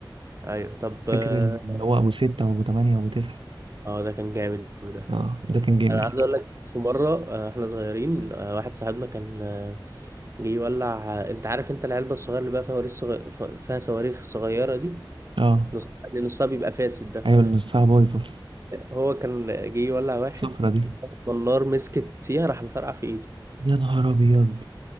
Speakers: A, on the right (about 35°); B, on the right (about 80°).
A: ايوه طب
B: فاكر
A: اه
B: اللي هو ابو ستة وابو تمانية وابو تسعة
A: آه، ده كان جامد أوي ده
B: اه ده كان جامد
A: انا عايز
B: ده.
A: اقول لك في مرة آه، احنا صغيرين آه، واحد صاحبنا كان آه، يولع انت عارف انت العلبه الصغيره اللي بقى فيها صواريخ صغ... ف- فيها صواريخ صغيره دي
B: اه
A: نص اللي نصها بيبقى فاسد ده
B: ايوه اللي نصها بايظ اصلا
A: هو كان جه يولع واحد
B: الشفرة دي
A: والنار مسكت فيها راح مفرقع في ايده
B: يا نهار ابيض